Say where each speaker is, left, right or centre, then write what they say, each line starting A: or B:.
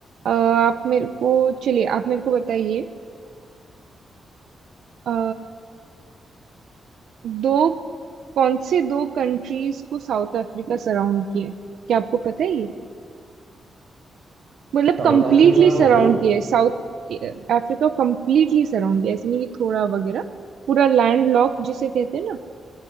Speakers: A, on the right; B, on the right.
A: अ, आप मेरे को चलिए आप मेरे को बताइए अ, दो कौन से दो कंट्रीज को साउथ अफ्रीका सराउंड किया है क्या आपको पता है ये मतलब
B: साउथ
A: कंप्लीटली
B: अफ्रीका
A: सराउंड
B: दो
A: किया है साउथ अफ्रीका कंप्लीटली सराउंड किया है, ऐसे नहीं कि थोड़ा वगैरह पूरा लैंड लॉक जिसे कहते हैं ना